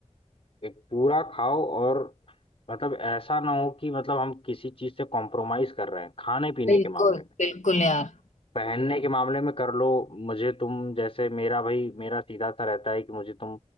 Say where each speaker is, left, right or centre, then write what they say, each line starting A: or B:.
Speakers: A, on the left; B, on the left.
A: एक पूरा खाओ और मतलब ऐसा ना हो कि मतलब हम किसी चीज से कॉम्प्रोमाइज कर रहे हैं खाने पीने
B: बिल्कुल
A: के मामले में
B: बिल्कुल यार
A: पहनने के मामले में कर लो मुझे तुम जैसे मेरा भाई मेरा सीधा सा रहता है कि मुझे तुम